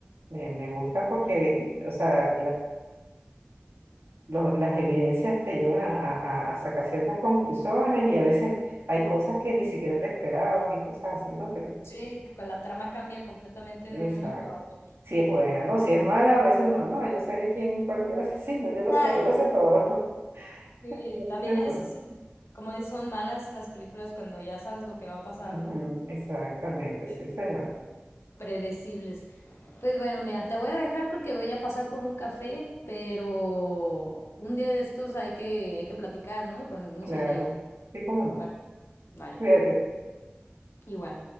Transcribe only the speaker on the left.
Sí, que con la trama cambia completamente
de un momento a otro.
Ay,
Sí,
también esas
son, como dices, son malas las películas cuando ya sabes lo que va a pasar,
¿no?
Sí.
Predecibles. Pues bueno, mira, te voy a dejar porque voy a pasar por un café, pero un día de estos hay que, hay que platicar, ¿no? Y ponernos
al día.
¿Te parece? Vale,
igual.